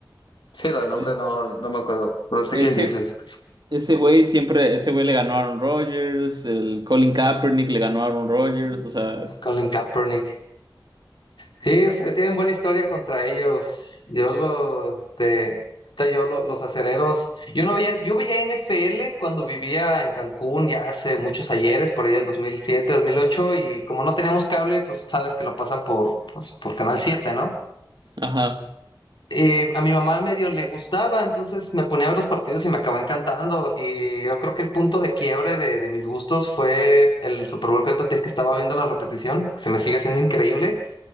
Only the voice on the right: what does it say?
Es,
ese,
ese güey siempre, ese güey le ganó a Aaron Rodgers, el Colin Kaepernick le ganó a Aaron Rodgers, o sea, es-
ajá.